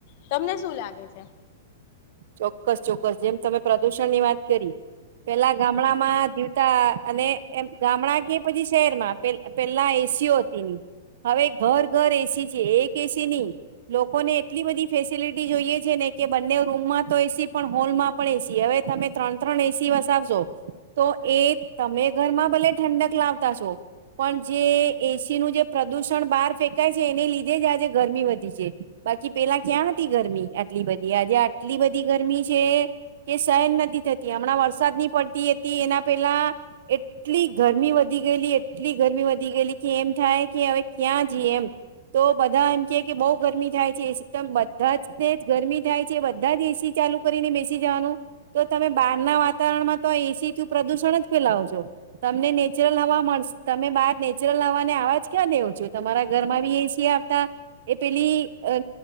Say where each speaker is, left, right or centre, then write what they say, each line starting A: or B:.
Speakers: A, on the left; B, on the right.
A: તમને શું લાગે છે?
B: ચોક્કસ ચોક્કસ જેમ તમે પ્રદુષણ ની વાત કરી. પેલા ગામડા માં જીવતા અને એમ ગામડા કે પછી શહેરમાં પેલા એસીઓ હતી ની, હવે ઘર ઘર એસી છે. એક એસી નહી લોકોને એટલી બધી ફેસિલિટી જોઈએ છે ને કે બંને રૂમમાં તો એસી પણ હોલમાં પણ એસી હવે તમે ત્રણ ત્રણ એસી વસાવશો. તો એ તમે ઘરમાં ભલે ઠંડક લાવતા છો. પણ જે એસી નું જે પ્રદુષણ બહાર ફેંકાય છે એને લીધે જ આજે ગરમી વધી છે. બાકી પેલા ક્યાં હતી ગરમી આટલી બધી આજે આટલી બધી ગરમી છે. કે શહન નથી થતી. હમણાં વરસાદ ની પડતી હતી એના પેલા એટલી ગરમી વધી ગયેલી એટલી ગરમી વધી ગયેલી કે એમ થાય કે હવે ક્યાં જઈ એમ. તો બધા એમ કે કે બઉ ગરમી થાય છે, એ સસ્ટમ બધા જ ને જ ગરમી થાય છે. બધા જ એસી ચાલુ કરીને બેસી જવાનું. તો તમે બહાર ના વાતાવરણમાં તો એસીથી પ્રદુષણ જ ફેલાવો છો. તમને નેચરલ હવા મળશે તમે બહાર નેચરલ હવાને અવાજ ક્યા ડો છો? તમારા ઘરમાં બી એસી આવતા એ પેલી અહ